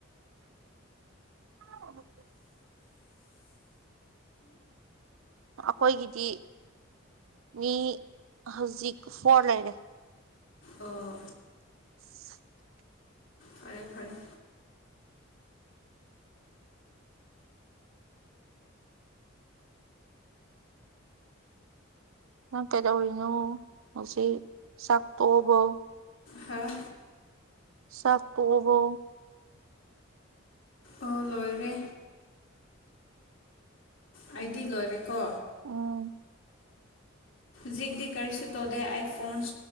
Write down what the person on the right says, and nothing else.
ꯑꯣ ꯑꯩꯈꯣꯏꯒꯤꯗꯤ ꯃꯤ ꯍꯧꯖꯤꯛ ꯐꯣꯔ ꯂꯩꯔꯦ
<unintelligible> <unintelligible>
ꯅꯪ ꯀꯩꯗꯧꯔꯤꯅꯣ ꯉ ꯆꯥꯛ ꯇꯣꯛꯕ
ꯁꯈ ꯑꯣꯏꯕꯣ
ꯎꯝ